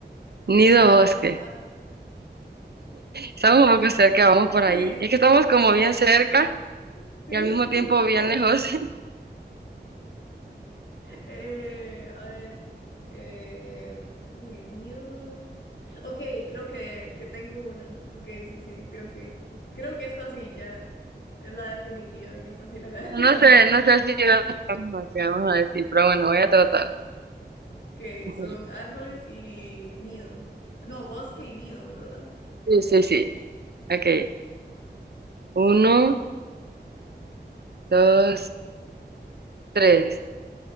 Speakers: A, on the right; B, on the left.
A: nido
B: Está,
A: bosque.
B: está.
A: Estamos un poco cerca, vamos por ahí.
B: Sí,
A: Es que estamos
B: sí,
A: como
B: sí,
A: bien
B: sí,
A: cerca
B: vamos. Sí,
A: y al mismo tiempo
B: <laughs>
A: bien
B: como
A: lejos.
B: que.
A: <laughs>
B: Eh, a ver, eh, uy, nido. Ok, creo que, que tengo una. Ok, sí, sí, creo que, creo que esta sí ya es la definitiva, en esta sí la <laughs> ganamos.
A: No sé, no sé si va a ser la misma que vamos a decir, pero bueno, voy a tratar.
B: Que
A: <laughs>
B: son árboles y nido. No, bosque y nido, ¿verdad?
A: Sí, sí, sí. Ok. Uno, dos, tres.